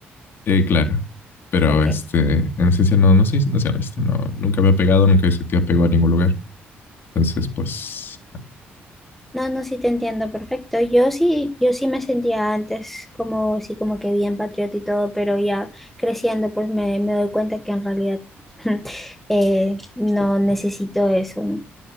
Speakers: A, on the left (about 55°); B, in the centre.
A: Eh, claro. Pero
B: Ok.
A: este, en esencia no, no soy nacionalista, no, nunca me ha pegado, nunca he sentido apego a ningún lugar. Entonces, pues,
B: No, no, sí te entiendo perfecto. Yo sí, yo sí me sentía antes como, sí, como que bien patriota y todo, pero ya creciendo, pues me, me doy cuenta que en realidad <laughs> eh, no necesito eso, ¿no?